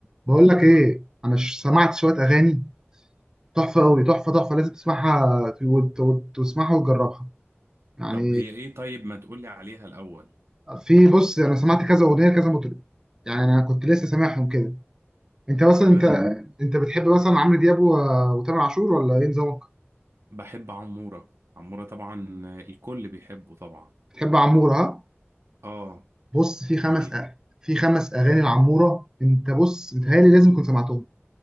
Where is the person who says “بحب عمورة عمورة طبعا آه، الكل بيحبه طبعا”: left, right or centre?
Right